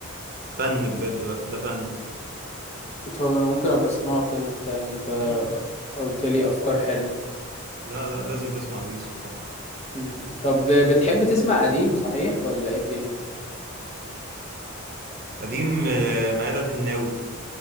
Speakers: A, on the right (about 45°); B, on the left (about 30°).
A: فن بجد بقى، ده فن
B: طب انا ممكن ابقى اسمعه كده انت يعني ف
A: مم.
B: قلت لي افكار حلوه
A: لا لا لازم تسمع أبي يوسف طبعا
B: مم. طب بتحب تسمع قديم صحيح ولا ايه الدنيا
A: قديم آه، ميادة الحناوي